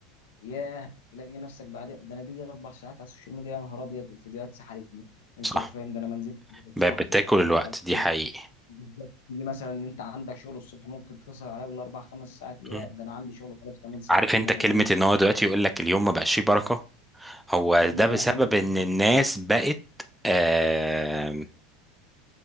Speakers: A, on the left; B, in the centre.
A: ياه تلاقي نفسك بعد ده انا دي اربع ساعات على السوشيال ميديا يا نهار ابيض الفيديوهات سحلتني انت
B: صح
A: فاهم ده انا ما نزلت بقابل
B: بقت
A: صاحبي
B: بتاكل الوقت
A: مش عارف
B: دي
A: إيه.
B: حقيقي
A: بالظبط تيجي مثلا ان انت عندك شغل الصبح ممكن تسهر عليه بالاربع خمس ساعات يا
B: مم.
A: ده انا عندي شغل خلاص كمان ساعتين
B: عارف انت
A: انا
B: كلمه
A: ما نمت
B: ان هو دلوقتي يقول لك اليوم ما بقاش فيه بركه هو ده بسبب
A: ده حقيقي
B: ان الناس بقت آه،